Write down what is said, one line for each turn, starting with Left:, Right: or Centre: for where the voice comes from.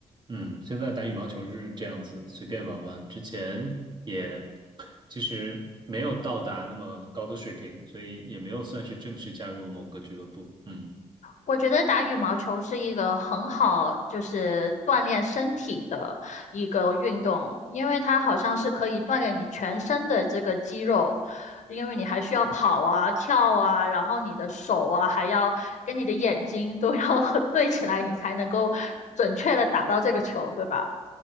Right: 嗯，现在打羽毛球是这样子，随便玩玩。之前也其实没有到达那么高的水平，所以也没有算是正式加入某个俱乐部。嗯。
Left: 我觉得打羽毛球是一个很好，就是锻炼身体的一个运动，因为它好像是可以锻炼你全身的这个肌肉，因为你还需要跑啊、跳啊，然后你的手啊，还要跟你的眼睛都要 <laughs> 对起来，你才能够准确的打到这个球，对吧？